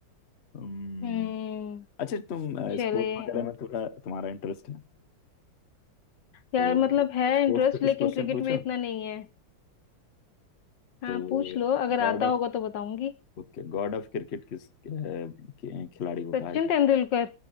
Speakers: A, on the left; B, on the left.
A: हम्म
B: हम्म
A: अच्छा तुम
B: चलिए
A: स्पोर्ट्स वगैरह
B: और
A: में थोड़ा तुम्हारा इंटरेस्ट है
B: यार
A: तो
B: मतलब है
A: स्पोर्ट्स
B: इंटरेस्ट
A: पे कुछ
B: लेकिन
A: क्वेश्चन
B: क्रिकेट
A: पूछो
B: में इतना नहीं है हाँ
A: तो
B: पूछ लो अगर
A: god
B: आता
A: of
B: होगा तो बताऊंगी
A: okay god of cricket किस अ, के- कखिलाड़ी को कहा
B: सचिन
A: जाता
B: तेंदुलकर